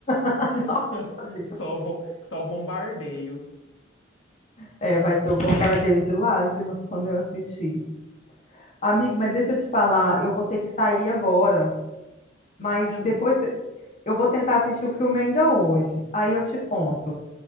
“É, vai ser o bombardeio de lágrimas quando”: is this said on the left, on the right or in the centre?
Left